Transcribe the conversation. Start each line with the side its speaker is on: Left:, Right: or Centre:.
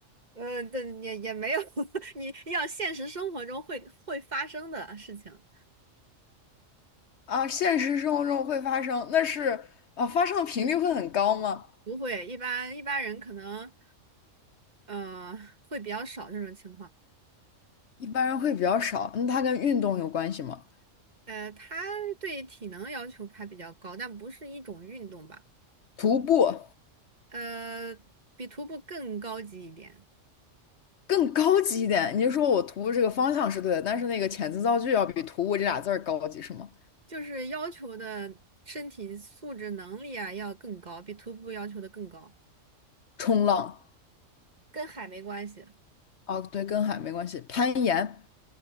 Right: 呃，但也也没有，<laughs> 你要现实生活中会会发生的事情，
Left: 啊，现实生活中会发生，那是啊，发生的频率会很高吗？
Right: 不会，一般一般人可能，呃，会比较少这种情况。
Left: 一般人会比较少，那它跟运动有关系吗？
Right: 呃，他对体能要求还比较高，但不是一种运动吧？
Left: 徒步。
Right: 呃，比徒步更高级一点，
Left: 更高级一点。你就说我徒步这个方向是对的，但是那个遣词造句要比徒步这俩字儿高级是吗？
Right: 就是要求的身体素质能力啊要更高，比徒步要求的更高。
Left: 冲浪
Right: 跟海没关系。
Left: 啊，对，跟海没关系。攀岩、